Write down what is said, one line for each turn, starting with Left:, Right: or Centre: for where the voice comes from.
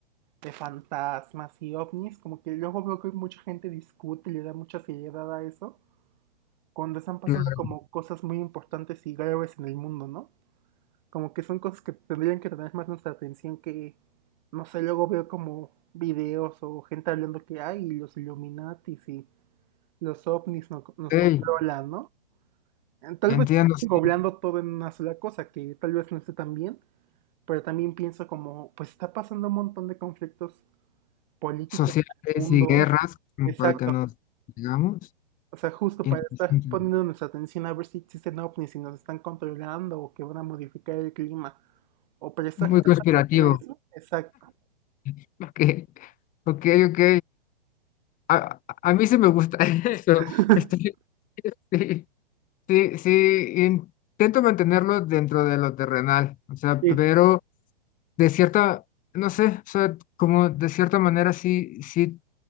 Right: de fantasmas y ovnis, como que luego veo que mucha gente discute y le da mucha seriedad a eso, cuando están pasando
Left: Claro,
Right: como cosas muy importantes y graves en el mundo, ¿no? Como que son cosas que tendrían que tener más nuestra atención que, no sé, luego veo como videos o gente hablando que hay los Illuminatis y los ovnis no- nos
Left: ok,
Right: controlan, ¿no? Eh, Tal
Left: entiendo,
Right: vez están
Left: sí.
Right: englobando todo en una sola cosa, que tal vez no esté tan bien, pero también pienso como, pues está pasando un montón de conflictos políticos
Left: Sociales
Right: en el mundo.
Left: y guerras, como
Right: Exacto.
Left: para que nos digamos.
Right: O sea, justo
Left: Interesante.
Right: para estar poniendo nuestra atención a ver si existen ovnis, y nos están controlando o que van a modificar el clima, o prestarle
Left: Muy
Right: tanta
Left: conspirativo.
Right: atención a eso. exacto
Left: <laughs> Ok, ok, ok. A, a mí sí me gusta <laughs> eso.
Right: <laughs>
Left: Estoy, <laughs> sí. Sí, sí, intento mantenerlo dentro de lo terrenal, o sea,
Right: Sí,
Left: pero de cierta, no sé, o sea, como de cierta manera sí, sí,